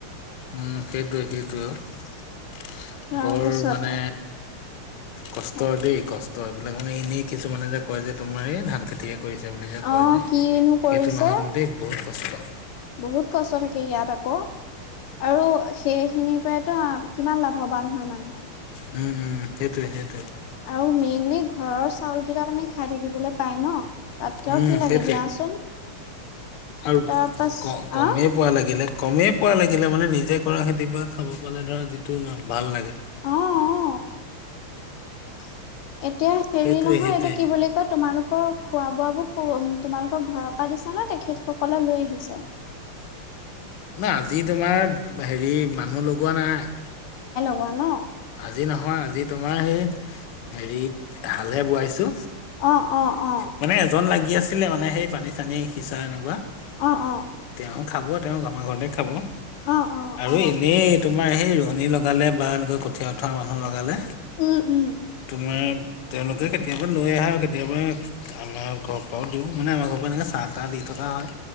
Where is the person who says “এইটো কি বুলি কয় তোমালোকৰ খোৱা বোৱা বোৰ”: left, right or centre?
Left